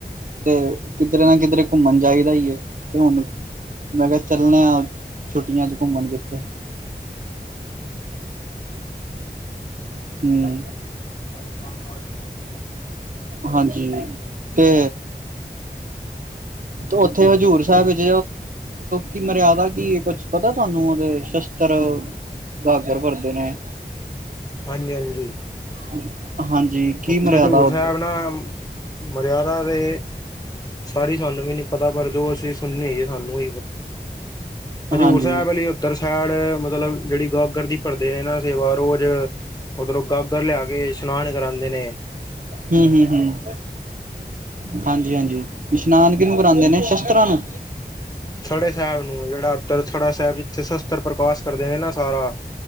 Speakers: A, on the right (about 55°); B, on the left (about 25°).
A: ਤੇ ਕਿਧਰੇ ਨਾ ਕਿਧਰੇ ਘੁੰਮਣ ਚਾਦਾ ਏ ਤੇ ਹੁਣ ਮੈਂ ਕਿਹਾ ਚੱਲਣੇ ਆ ਛੁੱਟੀਆਂ ਚ ਘੁੰਮਣ ਕਿੱਥੇ ਹਮ
B: <inaudible>
A: ਹਾਂਜੀ ਤੇ ਉੱਥੇ ਹਜ਼ੂਰ ਸਾਹਿਬ ਵਿੱਚ ਕੀ ਮਰਿਆਦਾ ਕੀ ਕੁਛ ਪਤਾ ਤੁਹਾਨੂੰ ਉਹਦੇ ਸ਼ਸਤਰ ਗਾਗਰ ਭਰਦੇ ਨੇ
B: ਹਾਂਜੀ ਹਾਂਜੀ
A: <inaudible> ਕੀ
B: ਉੱਥੇ
A: ਮਰਿਆਦਾ
B: ਹਜ਼ੂਰ
A: ਉ
B: ਸਾਹਿਬ ਨਾ ਮਰਿਆਦਾ ਤੇ ਸਾਰੀ ਤੁਹਾਨੂੰ ਵੀ ਨੀ ਪਤਾ ਪਰ ਜੋ ਅਸੀਂ ਸੁਣੇ ਸਾਨੂੰ ਹਜ਼ੂਰ
A: ਹਾਂਜੀ
B: ਸਾਹਿਬ ਵਾਲੀ ਉਓਧਰ ਸਾਈਡ ਮਤਲਬ ਜਿਹੜੀ ਗਾਗਰ ਦੀ ਭੜਦੇ ਨੇ ਨਾ ਸੇਵਾ ਰੋਜ਼ ਉਓਧਰੋਂ ਗਾਗਰ ਲਿਆ ਕੇ ਇਸ਼ਨਾਨ ਕਰਾ ਆਂਦੇ ਨ
A: ਹਮ -ਹਮ, ਹਮ ਹਾਂਜੀ- ਹਾਂਜੀ ਇਸ਼ਨਾਨ ਕਿਹਨੂੰ ਕਰਾਉਂਦੇ ਨੇ ਸ਼ਸਤਰਾਂ ਨੂੰ।
B: ਥੜਾ ਸਾਹਿਬ ਨੂੰ ਜਿਹੜਾ ਉੱਤਰ ਥੜਾ ਸਾਹਿਬ। ਅਤੇ ਸ ਪੱਤਰ ਪ੍ਰਕਾਸ਼ ਕਰਦੇ ਨੇ ਨਾ ਸਾਰਾ।